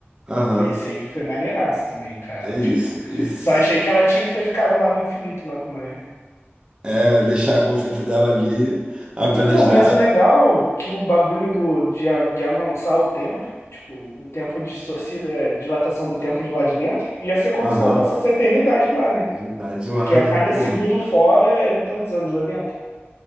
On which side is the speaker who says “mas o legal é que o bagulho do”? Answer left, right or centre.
Left